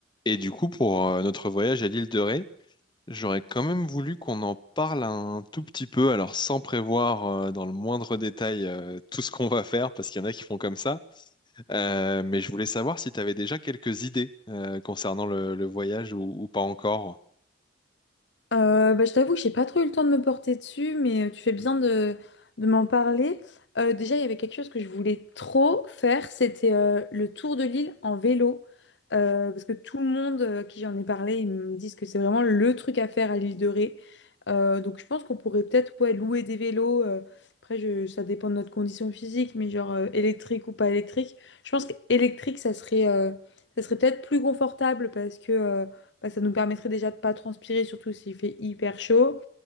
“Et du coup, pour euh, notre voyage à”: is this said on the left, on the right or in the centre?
Left